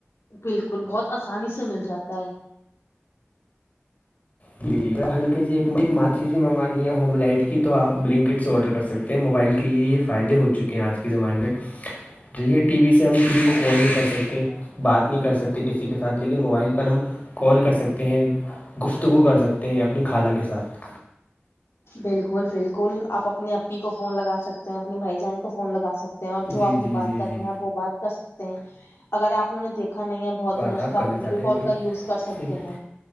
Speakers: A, on the left; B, on the left.
A: بالکل بہت آسانی سے مل جاتا ہے
B: جی جی ہلک سی ایک ماچی سی منگوانی ہے ہوم لائٹ کی تو آپ بلنکٹ سے آرڈر کر سکتے موبائل کے یہ یہ فائدے ہو چکے ہیں آج کے زمانے میں ج یہ ٹی وی سے ہم کسی کو کال نہیں کر سکتے بات نہیں کر سکتے کسی کے ساتھ لیکن موبائل پر ہم کال کر سکتے ہیں گفتگو کر سکتے ہیں اپنی خالہ کے ساتھ
A: بالکل بالکل آپ اپنی اپی کو فون لگ سکتے ہیں اپنے بھائی جان کو فون لگا سکتے اور جو
B: جی
A: آپ نے
B: جی
A: بات
B: جی
A: کرنی
B: جی
A: ہے وہ بات کر سکتے ہیں اگر آپ نےوں نے دیکھا نہیں ہے بہت
B: بات
A: دنوں سے تو
B: کرنا
A: آپ ویڈیو
B: چاہتے
A: کال
B: ہیں
A: کا یوز کر سکتے
B: پھر
A: ہیں